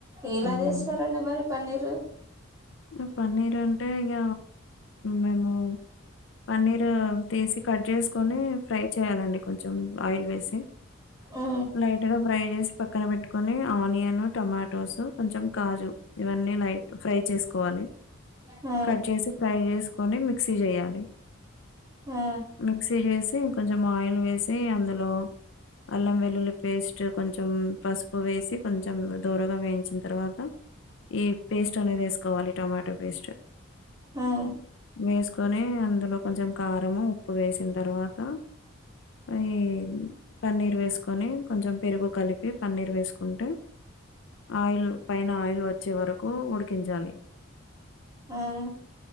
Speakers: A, on the right; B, on the left.
A: ఎలా
B: హ్మ్.
A: చేస్తారండి మరి పన్నీరు.
B: ఆ! పన్నీర్ అంటే ఇగ మేము పన్నీర్ తీసి కట్ చేసుకొని ఫ్రై చేయాలండి కొంచెం ఆయిల్ వేసి.
A: ఉ
B: లైట్ గా ఫ్రై చేసి పక్కన పెట్టుకొని. ఆనియన్ టమాటోస్ కొంచెం కాజు ఇవన్నీ లైట్ ఫ్రై చేసు. కోవాలి
A: ఉ
B: కట్ చేసి ఫ్రై చేసుకొని మిక్సీ చేయాలి.
A: ఉ
B: మిక్సీ జేసి కొంచెం ఆయిల్ వేసి అందులో. అల్లం వెల్లుల్లి పేస్ట్ కొంచెం పసుపు. వేసి కొంచెం దోరగా వేయించిన తర్వాత ఈ పేస్ట్ అనేది వేసుకో. కోవాలి టమాటో పేస్ట్.
A: ఉమ్.
B: వేసుకొని అందులో కొంచెం కారము ఉప్పు వేసిన్తర్వాత. అయి పన్నీర్ వేసుకొని కొంచెం పెరుగు కలిపి పన్నీర్ వేసుకుంటే. ఆయిల్ పైన ఆయిల్ వచ్చే వరకూ ఉడికించాలి.
A: ఆహ్.